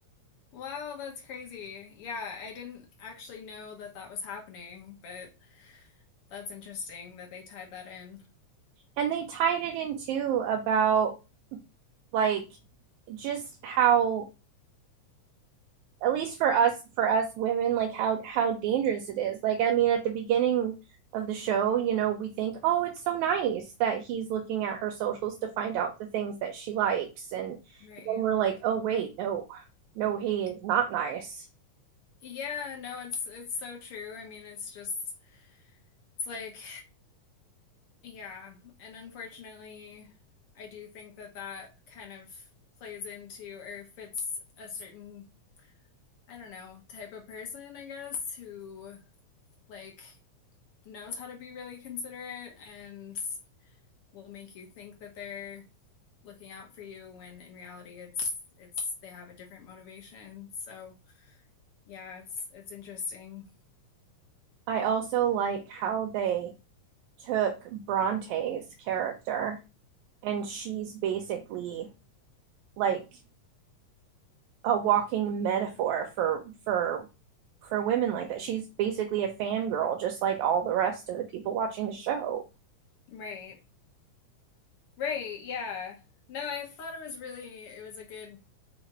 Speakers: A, on the left (about 70°); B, on the right (about 80°).
A: Wow, that's crazy. Yeah, I didn't actually know that that was happening, but that's interesting that they tied that in.
B: And they tied it in too about like just how at least for us for us women like how how dangerous it is like i mean at the beginning of the show you know we think oh it's so nice that he's looking at her socials to find out the things that she likes and
A: Right.
B: then we're like oh wait no no he is not nice
A: Yeah, no, it's it's so true. I mean, it's just it's like Yeah, and unfortunately, I do think that that kind of plays into or fits a certain, I don't know, type of person, I guess, who like knows how to be really considerate and will make you think that they're looking out for you when in reality it's it's they have a different motivation. So, yeah, it's it's interesting.
B: i also like how they took bronte's character and she's basically like a walking metaphor for for for women like that. She's basically a fangirl, just like all the rest of the people watching the show.
A: Right. Right, yeah. No, I thought it was really it was a good